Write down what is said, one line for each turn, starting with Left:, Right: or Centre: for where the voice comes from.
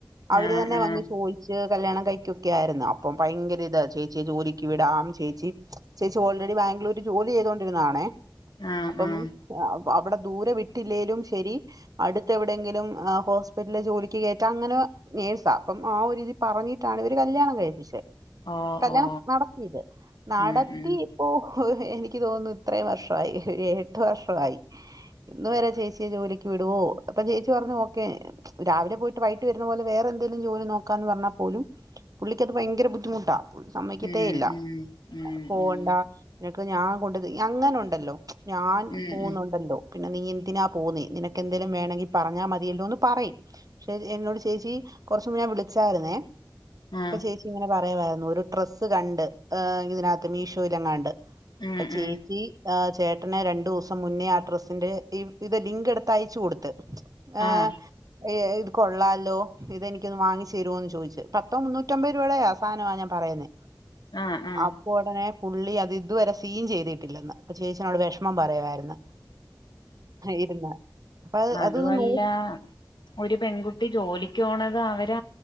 Right: അവര്
Left: ആഹ്
Right: തന്നെ
Left: ആഹ്
Right: വന്ന് ചോയിച്ച് കല്യാണം കഴിക്കൊക്കെ ആയിരുന്നു അപ്പം ഭയങ്കര ഇത് ചേച്ചിയെ ജോലിക്ക് വിടാം ചേച്ചി ചേച്ചി ഓൾറെഡി ബാംഗ്ലൂര് ജോലി ചെയ്തോണ്ടിരുന്നതാണേ
Left: ആഹ്
Right: അപ്പം
Left: ആഹ്
Right: അവിടെ ദൂരെ വിട്ടില്ലെലും ശരി അടുത്ത് എവിടെയങ്കിലും ഹോസ്പിറ്റലില് ജോലിക്ക് കയറ്റാ അങ്ങനെ നേഴ്സാ അപ്പം ആ ഒരിതി പറഞ്ഞിട്ടാണ് ഇവര് കല്യാണം കഴിപ്പിച്ചെ
Left: ഓ
Right: കല്യാണം
Left: ഓ
Right: നടത്തിയത് നടത്തി
Left: ഉം ഉം
Right: ഇപ്പോ ഓ എനിക്ക് തോന്നുന്നു ഇത്രയും വർഷ വായി എട്ട് വർഷമായി ഇന്ന് വരെ ചേച്ചിയെ ജോലിക്ക് വിടുവോ അപ്പൊ ചേച്ചി പറഞ്ഞു ഓക്കെ രാവിലെ പോയിട്ട് വൈകട്ട് വരുന്ന പോലെ വേറെന്തെങ്കിലും ജോലി നോക്കാന്ന് പറഞ്ഞാൽ പോലും പുള്ളിക്കത് ഭയങ്കര ബുദ്ധിമുട്ടാ- സമ്മയികതേ
Left: ഉം
Right: ഇല്ല
Left: ഉം
Right: പോവണ്ട-
Left: ഉം
Right: നിനക്ക് ഞാൻ കൊണ്ട അങ്ങനൊണ്ട്- ഉണ്ടല്ലോ? ഞാൻ
Left: ഉം ഉം
Right: പോകുന്നുണ്ടല്ലോ-
Left: ഉം
Right: പിന്നെ നീ എന്തിനാ പോന്നേ നിനക്ക് എന്തേലും വേണമെങ്കിൽ പറഞ്ഞാ മതിയല്ലോന്ന് പറയും പക്ഷെ എന്നോട് ചേച്ചി കുറച്ചും മുന്നെ വിളിച്ചായിരുന്നേ-
Left: ആഹ്
Right: അപ്പൊ ചേച്ചി ഇങ്ങനെ പറ വേവാരുന്നു ഒരു ഡ്രെസ്സ് കണ്ട് ഏഹ് ഇതിനാത്ത് മീഷോയിലെങ്ങാണ്ട്
Left: ഉം
Right: ഇപ്പച്ചേച്ചി
Left: ഉം
Right: ആ ചേട്ടനെ രണ്ടൂസം മുന്നേ ആ അഡ്രസ്സിന്റെ ഈ ഇത് ലിങ്ക് എടുത്തയച്ചു കൊടുത്ത് ആഹ്‌
Left: ആഹ്
Right: ഏഹ്‌ ഇത് കൊള്ളാ ലോ ഇതെനിക്കൊന്ന് വാങ്ങിച്ചരോന്നു ചോയ്ച്ച് പത്തോ മുന്നൂറ്റമ്പത് രൂപയുടെയാ സാധനമാ ഞാൻ പറയുന്നെ
Left: ആഹ് ആഹ്
Right: അപ്പൊ ഉടനെ പുള്ളി അത് ഇതുവരെ സീൻ ചെയ്തിട്ടില്ലെന്ന് അപ്പൊ ചേച്ചിന്നോട് വിഷമം പറയുവായിരുന്നു ഇരുന്ന് അപ്പൊ അത്
Left: അതുവല്ല
Right: അതൊന്ന് നോക്കി
Left: ഒരു പെൺകുട്ടി ജോലി ക്കോണത് അവര്